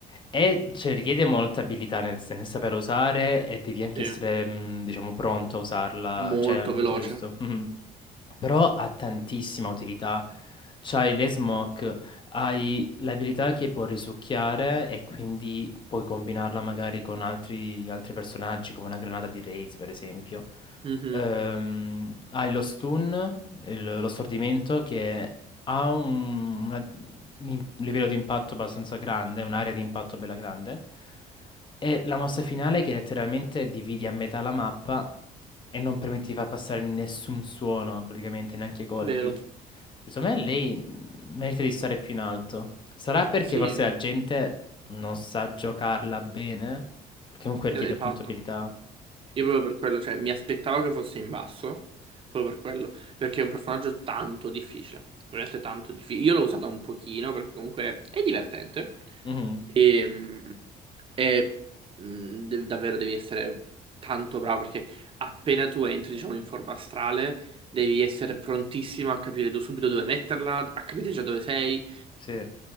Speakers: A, on the left (about 30°); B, on the right (about 30°).
A: è, cioè, richiede molta abilità nel, nel saperla usare e devi anche
B: sì,
A: essere, mh, diciamo, pronto a usarla,
B: molto
A: cioè, al momento
B: veloce.
A: giusto. Mhm. Però ha tantissima utilità. C'hai le smoke, hai l'abilità che può risucchiare e quindi puoi combinarla magari con altri, altri personaggi, come una granata di raids, per esempio.
B: Mhm,
A: Ehm, hai lo stun, il- lo stordimento, che ha un, una- un im- livello di impatto abbastanza grande, un'area di impatto bella grande. È la mossa finale che letteralmente dividi a metà la mappa e non permette di far passare nessun suono, praticamente, neanche i colpi.
B: vero.
A: Secondo me lei mh, merita di stare più in alto. Sarà perché
B: Sì,
A: forse la gente non sa giocarla bene, perché comunque richiede
B: e- esatto.
A: appunto abilità.
B: Io proprio per quello, cioè mi aspettavo che fosse in basso, proprio per quello, perché è un personaggio tanto difficile, veramente tanto difficile. Io l'ho usata un pochino perché comunque è divertente.
A: Mhm,
B: Ehm, E mh, de- davvero devi essere tanto bravo perché appena tu entri, diciamo, in forma astrale, devi essere prontissimo a capire do- subito dove metterla, a capire già dove sei,
A: sì.